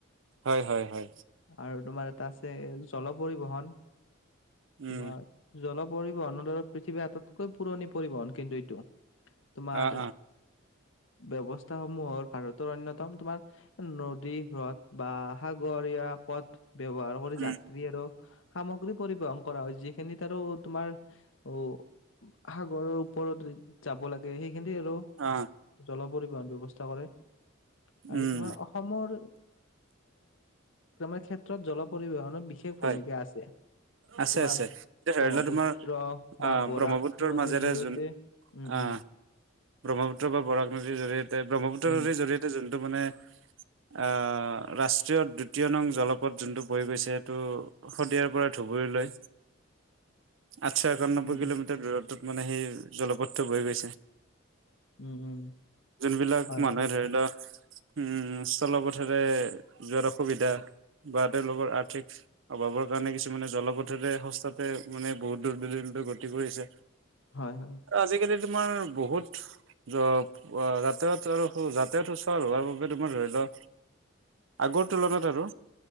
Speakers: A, on the right; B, on the left.
A: হয় হয় হয়
B: আৰু তোমাৰ এটা আছে জল পৰিবহন
A: উম
B: তোমাৰ জল পৰিবহনৰ দৰে পৃথিৱীৰ আটাইতকৈ পুৰণি পৰিবহন কিন্তু এইটো তোমাৰ
A: অ অ
B: ব্যৱস্থা সমূহৰ ভাৰত অন্যতম তোমাৰ নদী হ্ৰদ বা সাগৰীয়া পথ ব্যৱহাৰ কৰি
A: উম
B: যাত্ৰী আৰু সামগ্ৰী পৰিবহন কৰা হয় যিখিনিত আৰু তোমাৰ উ সাগৰৰ ওপৰত যাব লাগে সেই সখি আৰু
A: অ
B: জল পৰিবহন ব্য্ৱস্থা কৰে আৰু
A: উম
B: তোমাৰ অসমৰ এ তোমাৰ ক্ষেত্ৰত জল পৰিবহন বিশেষ
A: হয়
B: ভূমিকা আছে
A: আছে
B: তোমাৰ
A: আছে
B: ব্ৰহ্মপুত্ৰ
A: এতিয়া ধৰি লোৱা তোমাৰ আহ
B: বা বৰাক
A: ব্ৰহ্মপুত্ৰৰ
B: নদীৰ
A: মাজেৰে
B: জৰিয়তে
A: যোন
B: উম
A: আহ
B: উম
A: ব্ৰহ্মপুত্ৰ বা বৰাক নদীৰ জৰিয়তে ব্ৰহ্মপুত্ৰ
B: উম
A: নদীৰ জৰিয়তে যোনটো মানে আহ ৰাষ্ট্ৰীয় দ্বিতীয় নং জলপথ যোনটো বহি গৈছে সেইটো শদিয়াৰ পৰা ধুবুৰীলৈ আঠশ একান্বৈ
B: উম
A: কিলোমিটাৰ দূৰত ত মানে সেই জলপথটো বহি গৈছে
B: উম উম
A: যোনবিলাক
B: হয়
A: মানুহে ধৰি লোৱাক উম স্থলপথৰে যোৱাৰ অসুবিধা বা তেওঁলোকৰ আৰ্থিক অভাৱৰ কাৰণে কিছুমানে জলপথতে সস্তাতে মানে বহুত দূুৰ্বদিনতে গতি কৰিছে
B: হয় হয়
A: আজিকালি তোমাৰ বহুত যাতায়ত আৰু যাতায়াত সুচল হোৱাৰ বাবে তোমাৰ ধৰি লও আগৰ তুলনাত আৰু